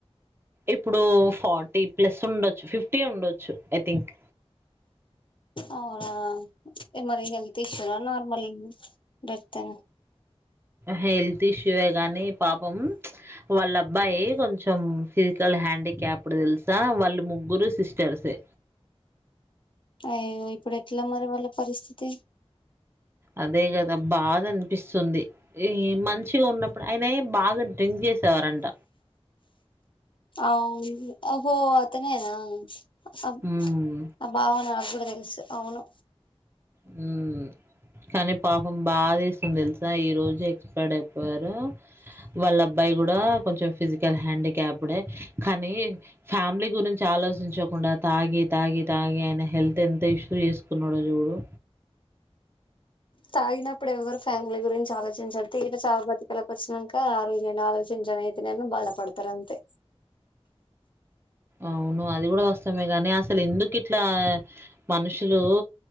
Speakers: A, on the right; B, on the left.
A: ఇప్పుడు ఫార్టీ ప్లస్ ఉండొచ్చు ఫిఫ్టీ ఉండొచ్చు ఐ థింక్
B: అవున ఏ మరి హెల్త్ ఇష్యూ నా నార్మల్ డెత్
A: హెల్త్ ఇష్యూయే కానీ, పాపం చ్ వాళ్ళ అబ్బాయి కొంచెం ఫిజికల్ హ్యాండీక్యాప్డ్ తెలుసా, వాళ్ళు ముగ్గురు సిస్టర్సే
B: అయ్యో ఇప్పుడు ఎట్లా మరి వాళ్ళ పరిస్థితి
A: అదే కదా బాధ అనిపిస్తుంది, ఈ మంచిగా ఉన్నప్పుడు ఆయనే బాగా డ్రింక్ చేసేవారంట
B: అవునా ఓహో అతనేనా అబ్
A: హ్మ్
B: ఆ బావ నా కూడా తెలుసు అవును
A: హు కానీ పాపం బాద తెలుసా ఈ రోజు ఎక్స్పర్డ్ వారు వాళ్ళ అబ్బాయి కూడా కొంచెం ఫిజికల్ హ్యాండిక్యాప్డే. కానీ ఫ్యామిలీ గురించి ఆలోచించకుండా, తాగి, తాగి, తాగి ఆయన హెల్త్ ఎంత ఇష్యూ చేసుకున్నాడో చూడు.
B: తాగినప్పుడు ఎవ్వరు ఫ్యామిలీ గురించి ఆలోచించరు. తీ ఇట్ల చావుబతుకులకూ వచ్చినంకా ఆ రోజు నను ఆలోచించాను. అయితే నేను బాధపడతారు అంతే.
A: అవును అది కూడా వాస్తవమే గానీ, అసలు ఎంద్ కిట్లా మనుషులు